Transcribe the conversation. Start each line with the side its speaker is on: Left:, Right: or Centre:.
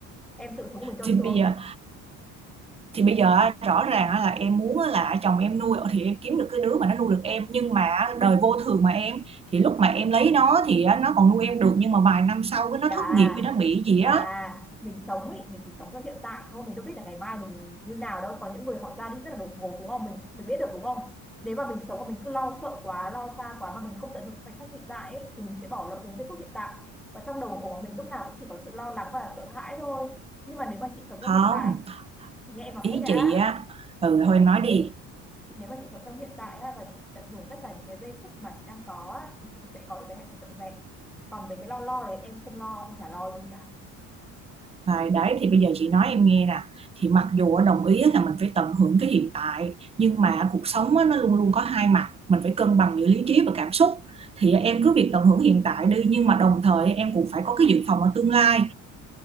Centre: em tự sống của mình cho
Right: thì
Centre: sướng
Right: bây giờ thì bây giờ á, rõ ràng á là em muốn á là chồng em nuôi ờ, thì em kiếm được cái đứa mà nó nuôi được em nhưng mà á, đời vô thường mà em thì lúc mà em lấy nó thì á, nó còn nuôi em được nhưng mà vài năm sau cái
Centre: chị
Right: nó
Centre: à
Right: thất nghiệp hay nó bị gì
Centre: chị à
Right: á.
Centre: mình sống ấy mình chỉ sống cho hiện tại thôi mình đâu biết là ngày mai mình như nào đâu có những người họ ra đi rất là đột ngột đúng không mình mình biết được đúng không nếu mà mình sống mà mình cứ lo sợ quá lo xa quá mà mình không tận hưởng khoảnh khắc hiện tại ấy, thì mình sẽ bỏ lỡ những giây phút hiện tại và trong đầu của mình lúc nào cũng chỉ có sự lo lắng và sợ hãi thôi nhưng mà nếu mà chị sống trong
Right: Không,
Centre: hiện tại chị nghe em nói
Right: ý
Centre: hết đã
Right: chị á. Ừ
Centre: chị nghe
Right: thôi
Centre: em
Right: em
Centre: nói
Right: nói
Centre: hết
Right: đi.
Centre: chị nếu mà chị sống trong hiện tại á, và chị tận hưởng tất cả những cái giây phút mà chị đang có á, thì chị sẽ có được cái hạnh phúc trọn vẹn còn về cái lo lo đấy em không lo em chả lo gì cả
Right: Đấy, đấy thì bây giờ chị nói em nghe nè thì mặc dù á, đồng ý á là mình phải tận hưởng cái hiện tại nhưng mà cuộc sống á, nó luôn luôn có hai mặt mình phải cân bằng giữa lý trí và cảm xúc thì em cứ việc tận hưởng hiện tại đi nhưng mà đồng thời em cũng phải có cái dự phòng ở tương lai